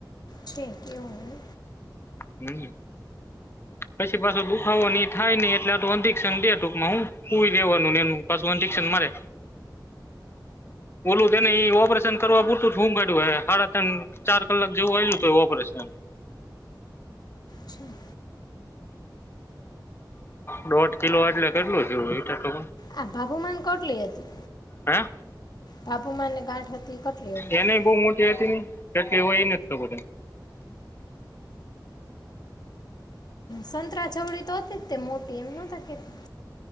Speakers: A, on the left; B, on the left.
A: છેક એવું એમ
B: હમ્મ. પછી પાછો દુખાવો એ થાય નહી એટલે આું અધિક્શન દે ટૂંકમાં હું કુવી દેવાનું ને એનું પાછું અધિકશન મારે, બોલું તોને એ ઓપરેશન કરવા પૂરતું શું કાડ્યું હાડા તણ ચાર કલાક જેવું આયલું તો ઓપરેશન.
A: ઠીક.
B: દોઢ કિલો એટલે કેટલું થું ઈટર તો.
A: આ ભભુમાન કોટલી હતી?
B: હે
A: બાબુમાન ને ગાંઠ હતી કટલી હતી
B: એને બહુ મોટી હતી ને કેટલે એવું એ નથી તો બધ
A: સંતરા છવડી તો હતીજ તે મોટી, એમ નતા કેતી